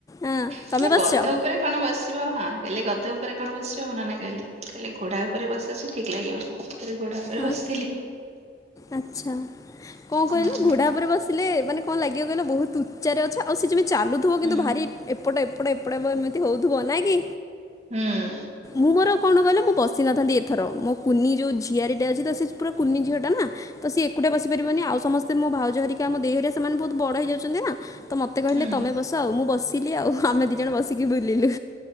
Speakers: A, on the left; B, on the right.
A: ହଁ
B: କହିଲେ
A: ତମେ
B: ଗଧ
A: ବସିଛ
B: ଉପରେ କଣ ବସିବ ହଁ କହିଲେ ଗଧ ଉପରେ କଣ ବସିବ ମେ ନନା କହିଲି କଲେ ଘୋଡ଼ା ଉପରେ ବସିବ ଠିକ୍ ଲାଗିବ ଥରେ ଗୋଡ଼ା ଉପରେ
A: ହଁ
B: ବସିଥିଲି
A: ଆଚ୍ଛା କଣ
B: ହୁଁ
A: କହିଲ ଘୋଡ଼ା ଉପରେ ବସିଲେ ମାନେ କଣ ଲାଗିବ କହିଲ ବହୁତ ଉଚାରେ ଅଛ ଆଉ ସେ ଯେମିତି ଚାଲୁଥିବ
B: ହୁଁ
A: କିନ୍ତୁ ଭାରି ଏପଟେ ଏପଟେ ଏପଟେ ଏମିତି ହଉଥିବ ନାଇଁ କି
B: ହୁଁ
A: ମୁଁ ମୋର କଣ କହିଲ ମୁଁ ବସି ନଥାନ୍ତି ଏଥର ମୋ କୁନି ଯେଉଁ ଝିଆରୀ ଟା ଅଛି ତ ସେ ପୁରା କୁନି ଝିଅଟା ନା ତ ସେଏକୁଟା ବସିପାରିବନି ଆଉ ସମସ୍ତେ ମୋ ଭାଉଜଘରିକା ଆମ ଦେହିଘରିକା ସେମାନେ ବହୁତ ବଡ଼ ହେଇଯାଉଛନ୍ତି ନା ତ ମତେ କିହିଲେ
B: ହୁଁ
A: ତମେ ବସ ଆଉ ମୁଁ ବସି ଥିଲି ଆଉ ଆମେ ଦି ଜଣ ବସିକି ବୁଲିଲୁ